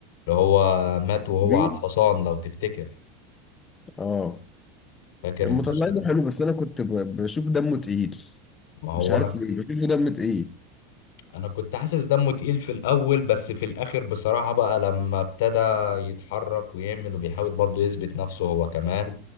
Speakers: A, on the left (about 80°); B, on the left (about 20°).
A: اللي هو مات وهو
B: كبير
A: على الحصان لو تفتكر
B: آه
A: فاكر
B: كان
A: المشهد
B: مطلعينه
A: ده
B: حلو بس انا كنت ب- بشوف دمه تقيل
A: ما هو
B: مش عارف
A: انا
B: ليه بشوفه دمه تقيل
A: انا كنت حاسس دمه تقيل في الاول بس في الاخر بصراحة بقى لما ابتدى يتحرك ويعمل وبيحاول برضه يثبت نفسه هو كمان